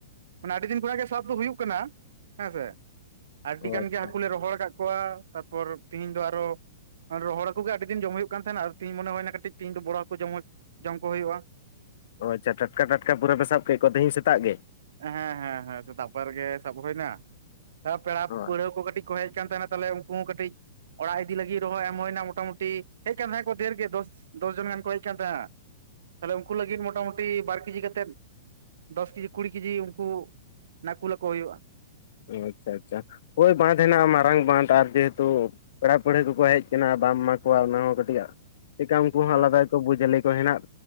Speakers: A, on the right; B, on the left.
A: ᱢᱟᱱᱮ ᱟᱹᱰᱤᱫᱤᱱ ᱠᱷᱚᱱ ᱜᱮ ᱥᱟᱵ ᱫᱚ ᱦᱩᱭᱩᱜ ᱠᱟᱱᱟ ᱾ ᱦᱮᱸᱥᱮ, ᱟᱹᱰᱤ
B: ᱚ
A: ᱜᱟᱱ
B: ᱟᱪᱪᱷᱟ
A: ᱜᱮ ᱦᱟᱹᱠᱩ ᱞᱮ ᱨᱚᱦᱚᱲ ᱟᱠᱟᱫ ᱛᱟᱯᱚᱨ ᱛᱮᱦᱤᱧ ᱫᱚ ᱟᱨᱚ ᱨᱚᱦᱚᱲ ᱟᱠᱚᱜ ᱜᱮ ᱟᱹᱰᱤ ᱫᱤᱱ ᱡᱚᱢ ᱦᱩᱭᱩᱜ ᱠᱟᱱᱟᱸ ᱛᱟᱦᱮᱱᱟ, ᱛᱤᱦᱤᱧ ᱢᱚᱱᱮ ᱦᱩᱭ ᱮᱱᱟ ᱠᱟᱹᱴᱤᱡ ᱛᱮᱦᱤᱧ ᱫᱚ ᱵᱚᱨᱚ ᱦᱟᱹᱠᱩ ᱡᱚᱢ ᱡᱚᱢ ᱠᱚ ᱦᱩᱭᱩᱜᱼᱟ ᱾
B: ᱚ ᱟᱪᱪᱷᱟ ᱴᱟᱴᱠᱟ ᱴᱟᱠᱟ ᱯᱩᱨᱟᱹ ᱯᱮ ᱥᱟᱵ ᱠᱮᱫ ᱠᱚᱣᱟ ᱛᱮᱦᱮᱧ ᱥᱮᱛᱟᱜ ᱜᱮ?
A: ᱦᱮᱸ ᱦᱮᱸ ᱦᱮᱸ, ᱥᱮᱛᱟᱜ ᱯᱟᱭᱟᱨ ᱨᱮᱜᱮ ᱥᱟᱵ ᱦᱩᱭ ᱮᱱᱟ, ᱯᱮᱲᱟ
B: ᱚ
A: ᱯᱟᱹᱲᱦᱟᱹ ᱠᱚ ᱠᱟᱹᱴᱤᱡ ᱠᱚ ᱦᱮᱡ ᱠᱟᱱ ᱛᱟᱦᱮᱸᱱᱟ, ᱛᱟᱦᱚᱞᱮ ᱩᱱᱠᱩ ᱠᱟᱹᱴᱤᱡ ᱚᱲᱟᱜ ᱤᱫᱤ ᱞᱟᱹᱜᱤᱫ ᱨᱮ ᱦᱚᱭ ᱮᱢ ᱦᱩᱭ ᱮᱱᱟ ᱢᱚᱴᱟ ᱢᱩᱴᱤ ᱦᱮᱡ ᱠᱟᱱ ᱛᱟᱦᱮᱸ ᱠᱚ ᱰᱷᱮᱨ ᱜᱮ ᱫᱚᱥ ᱫᱚᱥ ᱡᱚᱱ ᱜᱟᱱ ᱠᱚ ᱦᱮᱡ ᱠᱟᱱ ᱛᱟᱦᱮᱫ ᱛᱟᱦᱚᱞᱮ ᱩᱱᱠᱩ ᱞᱟᱹᱜᱤᱫ ᱢᱚᱴᱟᱢᱩᱴᱤ ᱵᱟᱨ ᱠᱮᱡᱤ ᱠᱟᱛᱮᱫ, ᱫᱚᱥ ᱠᱮᱡᱤ ᱠᱩᱲᱤ ᱠᱮᱡᱤ ᱩᱱᱠᱩ ᱱᱟ ᱠᱩᱞ ᱠᱚ ᱦᱩᱭᱩᱜᱼᱟ ᱾
B: ᱚ ᱟᱪᱪᱷᱟ ᱟᱪᱪᱷᱟ, ᱦᱳᱭ ᱵᱟᱝ ᱦᱮᱱᱟᱜᱼᱟ ᱢᱟᱨᱟᱝ ᱵᱟᱝ ᱛᱟᱦᱮᱱ ᱛᱤᱧᱟᱛᱚ, ᱯᱮᱲᱟ ᱯᱟᱹᱲᱦᱟᱹ ᱠᱚᱠᱚ ᱦᱮᱡ ᱟᱠᱟᱱᱟ ᱵᱟᱢ ᱮᱢᱟ ᱠᱚᱣᱟ, ᱚᱱᱟ ᱦᱚᱸ ᱠᱟᱹᱴᱤᱡ ᱪᱮᱠᱟ ᱩᱱᱠᱩ ᱦᱚᱸ
A: ᱦᱮᱸ
B: ᱟᱞᱟᱫᱟ ᱠᱚ ᱵᱩᱡ ᱡᱟ ᱦᱮᱱᱟᱜ